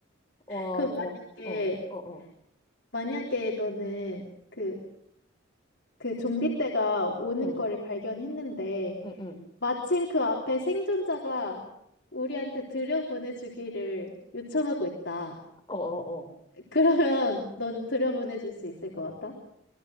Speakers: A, on the left; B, on the left.
A: 와,
B: 그럼 만약에,
A: 막, 어, 어, 어,
B: 만약에 너는 그, 그 좀비 떼가 오는
A: 응,
B: 거를 발견했는데,
A: 응, 응,
B: 마침 그 앞에 생존자가 우리한테 들여보내주기를 요청하고 있다.
A: 어, 어, 어.
B: 그러면 넌 들여보내줄 수 있을 것 같아?